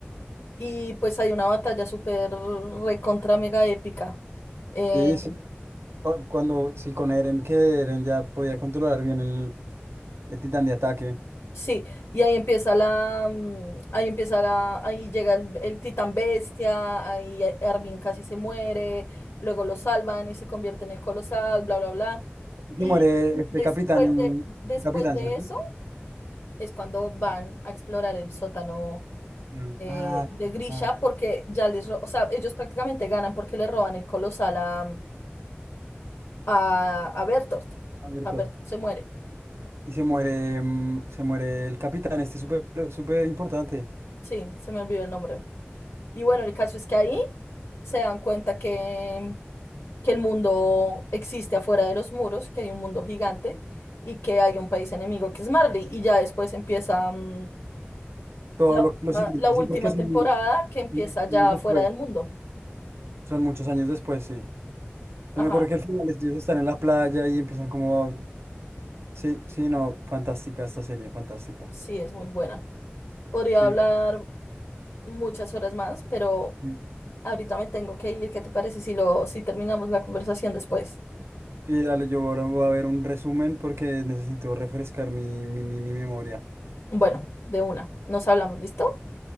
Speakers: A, on the left; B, on the right.
A: y pues hay una batalla súper recontra mega épica. Eh,
B: Sí, sí. cu- Cuando, sí, con Eren, que Eren ya podía controlar bien el, el titán de ataque.
A: sí, y ahí empieza la, mm, ahí empieza la, ahí llega el, el titán bestia, ahí Armin casi se muere, luego lo salvan y se convierte en el colosal, bla, bla, bla.
B: Y
A: Y
B: muere este
A: después
B: capitán,
A: de, después
B: este capitán,
A: de
B: ¿cierto?
A: eso... es cuando van a explorar el sótano
B: No.
A: eh,
B: Ah,
A: de Grisha,
B: claro,
A: porque ya les, ro- o sea, ellos prácticamente ganan porque le roban el colosal a, a, a Bertolt.
B: abierto.
A: A Bertolt se muere.
B: Y se muere, mm, se muere el capitán, este súper, súper importante.
A: Sí, se me olvidó el nombre. Y bueno, el caso es que ahí se dan cuenta que, que el mundo existe afuera de los muros, que hay un mundo gigante y que hay un país enemigo que es Marley. Y ya después empieza mm,
B: Todo
A: la,
B: lo,
A: última-
B: lo siguiente,
A: la última
B: sí, porque es
A: temporada
B: un-
A: que empieza
B: unos
A: ya
B: años después.
A: afuera del mundo.
B: Son muchos años después, sí.
A: Ajá.
B: Yo me acuerdo que al final ellos están en la playa y empiezan como... a- Sí, sí, no, fantástica esta serie, fantástica.
A: Sí, es muy buena. Podría
B: Sí,
A: hablar muchas horas más, pero
B: sí,
A: ahorita me tengo que ir. ¿Qué te parece si lo, si terminamos la conversación después?
B: sí, dale, yo ahora voy a ver un resumen porque necesito refrescar mi, mi, mi, mi memoria.
A: Bueno, de una. Nos hablamos, ¿listo?